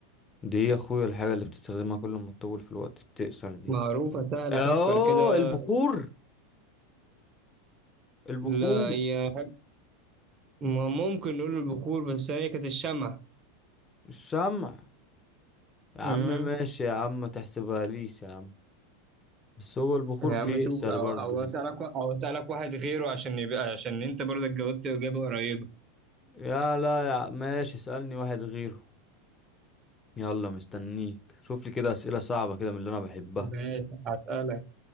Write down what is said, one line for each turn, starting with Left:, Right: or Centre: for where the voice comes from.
Left: دي يا اخويا الحاجة اللي بتستخدمها كل ما تطول في الوقت بتقصر دي
Right: معروفة سهلة
Left: اه
Right: افكر كده
Left: البخور البخور
Right: لا هي ما ممكن نقول البخور بس هي كانت الشمع
Left: مش سامع يا
Right: امم
Left: عم ماشي يا عم ما تحسبها ليش يا عم بس هو البخور
Right: يا
Left: بيأثر
Right: عم شوف او
Left: برضه
Right: او
Left: بس
Right: اسالك او اسالك واحد غيره عشان يبقى عشان انت برضك جاوبت اجابة قريبة
Left: يا لا يا عم ماشي اسألني واحد غيره يلا مستنيك شوف لي كده أسئلة صعبة كده من اللي أنا بحبها
Right: ماشي هسألك